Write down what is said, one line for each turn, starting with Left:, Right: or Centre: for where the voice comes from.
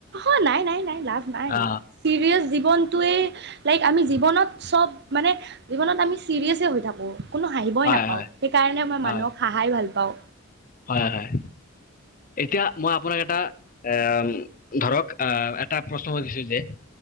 Right: অ' নাই নাই নাই লাভ নাই।
Left: অ
Right: চিৰিয়াছ জীৱনটোৱেই লাইক আমি জীৱনত চব মানে জীৱনত আমি চিৰিয়াছে হৈ থাকো কোনো হাঁহিবই
Left: হয়
Right: নাপাওঁ,
Left: হয়
Right: সেইকাৰণে মই
Left: হয়
Right: মানুহক হাহাই ভাল পাওঁ।
Left: হয় হয় এতিয়া মই আপোনাক এটা আহ ধৰক আহ এটা প্ৰশ্ন সুধিছো যে